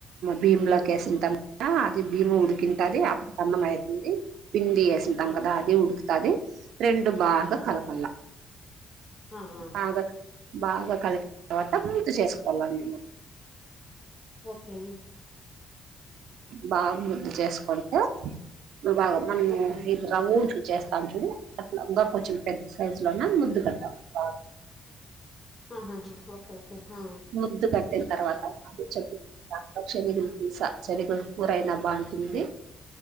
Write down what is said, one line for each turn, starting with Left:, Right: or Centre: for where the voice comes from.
Right: బిమలకేసి <unintelligible> అది భీము ఉడికింటది అప్ అన్నం అయితుంది. పిండి యెసింటాం
Left: ఆ
Right: కదా అది ఉడుక్ కదే రెండు బాగా
Left: ఆ
Right: కలకల
Left: ఆ ఆ
Right: బాగా బాగా కలిసిన తర్వాత ముద్ద చేసు ఒళ్ళంగిన్న
Left: ఓకే
Right: బాగా ముద్ద చేసుకుంటే <unintelligible>
Left: ఓకే
Right: చేస్తాను చూడు అట్ల ఇంకా కొంచెం పెద్ద సైజులోన ముద్దు పెట్టాల బాగా
Left: ఆహాహా ఓకే ఓకే ఆ
Right: ముద్దు కట్టిన తర్వాత అదే చె <inaudible> దాంట్లో శనిగుల పూసా శనిగుల కూరయినా బాగుంటుంది.